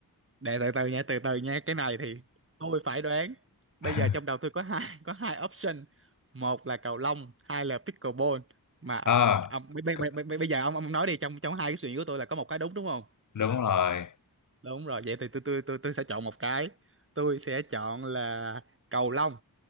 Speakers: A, on the right; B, on the left.
A: để từ từ nha từ từ nha cái này thì tôi phải đoán bây
B: <laughs>
A: giờ trong đầu tôi có hai có hai option một là cầu lông hai là pickleball mà
B: à,
A: ông bây,
B: c-
A: bây, bây, bây bây giờ ông ông nói đi trong trong hai cái suy nghĩ của tôi là có một cái đúng đúng không
B: đúng rồi
A: đúng rồi vậy thì tôi tôi tôi tôi sẽ chọn một cái tôi sẽ chọn là cầu lông